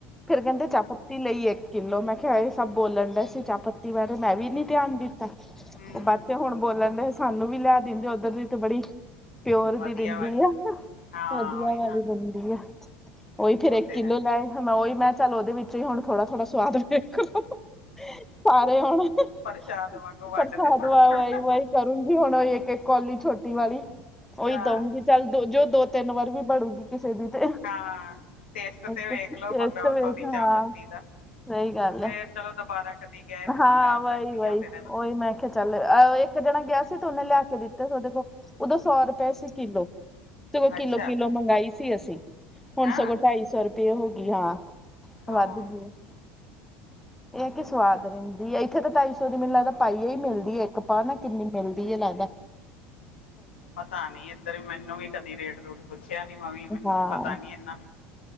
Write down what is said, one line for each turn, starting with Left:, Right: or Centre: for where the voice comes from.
Centre: ਫੇਰ ਕੈਂਦੇ ਚਾਅ- ਪੱਤੀ ਲਈ ਏ। ਕਿਲੋ ਮੈਂ ਕੇਆ ਏ ਸਬ ਬੋਲਨ ਡਏ ਸੀ ਚਾਅ ਪੱਤੀ ਬਾਰੇ, ਮੈਂ ਵੀ ਨੀ ਧੇਆਨ ਦਿੱਤਾ।
Left: ਹੂੰ
Centre: ਬਾਚੇ ਹੁਨ ਬੋਲਨ ਡਏ, ਸਾਨੂੰ ਵੀ ਲੇਆ ਦਿੰਦੇ ਓਧੱਰ ਦੀ ਤੇ ਬੜੀ ਪਿਓਰ
Left: ਵਧੀਆ
Centre: ਦੀ ਦਿੰਦੀ
Left: ਵਾਲੀ
Centre: ਆ ਨਾ,
Left: ਹਾਂ
Centre: ਵਦੀਆ
Left: ਉਹੀ
Centre: ਵਾਲੀ
Left: ਨਾ
Centre: ਹੂੰਦੀ ਆ, ਓ ਇਥੇ
Left: ਉਹ
Centre: ਦੇਕ
Left: ਤੇ ਹੈ
Centre: <unintelligible> ਓਈ ਮੈਂ ਚੱਲ ਓਦੇ ਵਿੱਚੋ ਈ ਹੁਣ ਥੋੜਾ-ਥੋੜਾ ਸਵਾਦ ਵੇਖ ਲੋ। <inaudible> ਸਾਰੇ ਹੁਣ <inaudible> ਪ੍ਰਸਾਦ
Left: ਪ੍ਰਸ਼ਾਦ ਵਾਂਗੂ ਵੰਡਦੇ ਥੋੜਾ
Centre: ਵਾ
Left: ਥੋੜਾ
Centre: ਵਈ-ਵਈ। ਕਰੂੰਗੀ ਹੁਣ ਓਈ ਏਕ-ਏਕ ਕੋਲੀ ਛੋਟੀ ਵਾਲੀ ਓਈ
Left: ਹਾਂ
Centre: ਦਊਂਗੀ। ਚੱਲ ਦੋ ਜੋ, ਦੋ-ਤੇਨ ਵਾਰ ਵੀ ਬੜੂਗੀ ਕਿਸੇ ਦੀ ਤੇ।
Left: ਹਾਂ। ਟੇਸਟ ਤੇ ਵੇਖ
Centre: ਟੇਸਟ
Left: ਲੋ ਮਤਲਬ ਓਥੋ
Centre: ਵੇਖ
Left: ਦੀ ਚਾਅ-ਪੱਤੀ
Centre: ਹਾਂ
Left: ਦਾ,
Centre: ਸਹੀ ਗੱਲ
Left: ਫੇਰ
Centre: ਹੈ
Left: ਚਲੋ ਦੋਬਾਰਾ ਕਦੀ ਗਏ ਤੇ ਮੰਗਵਾ
Centre: ਹਾਂ, ਵਈ-ਵਈ
Left: ਸਕਦੀ ਆ ਫੇਰ ਹਨਾ
Centre: ਓਈ ਮੈਂ ਖੇ ਚੱਲ ਆ ਏਕ ਜਣਾ ਗੇਆ ਸੀ ਤੇ ਉਨੇ ਲੇਆ ਕੇ ਦਿੱਤੇਸ ਓਦੇ ਕੋ, ਉਦੋਂ ਸੌ ਰੁਪਏ ਸੀ ਕਿਲੋ। ਸਗੋਂ
Left: ਅੱਛਾ
Centre: ਕਿੱਲੋ-ਕਿੱਲੋ ਮੰਗਾਈ ਸੀ ਅਸੀ, ਹੁਣ
Left: ਹਾਂ
Centre: ਸਗੋਂ ਢਾਈ ਸੌ ਰੁਪਏ ਹੋਗੀ, ਹਾ। ਵਾੱਧ
Left: ਉਹ
Centre: ਗੀ, ਹੂੰ ਏ ਕਿ
Left: ਅੱਛਾ
Centre: ਸਵਾਦ ਏਂਦੀ ਇੱਥੇ ਤੇ ਢਾਈ ਸੌ ਦੀ ਮੈਨ ਲਗਦਾ ਪਾਈਆ ਈ ਮਿਲਦੀ ਏ, ਇਕ ਪਾ ਨਾ ਕਿੰਨੀ ਮਿਲਦੀ ਏ ਲੈਦੈ
Left: ਪਤਾ ਨੀ ਇਧੱਰ ਮੈਨੂੰ ਵੀ ਰੇਟ-ਰੂਟ ਪੁੱਛੇਆ ਨੀ ਮੰਵੀ, ਮੈਨੂੰ
Centre: ਹਾਂ
Left: ਵੀ ਪਤਾ ਨੀ ਏਨਾ,